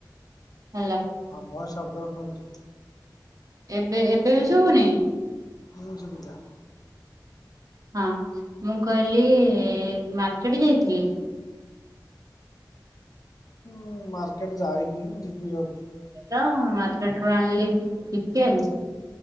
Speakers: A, on the right; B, on the left.
A: ହେଲୋ।
B: ହଁ ମଏସ୍ ଅବଡାଉନ ହଉଚୁ।
A: ଏବେ ଏବେ ବି ଶୁଭୁନି।
B: ହଁ ଶୁଭିଲା।
A: ହଁ ମୁଁ କହିଲି ମାର୍କେଟ୍ ଯାଇଥିଲି।
B: ଉଁ, ମାର୍କେଟ୍ ଯାଇନି ଯିବି ଭାବୁଚୁ।
A: ଚ-ମାର୍କେଟ୍ ରୁ ଆଣିଲି ଚିକେନ୍।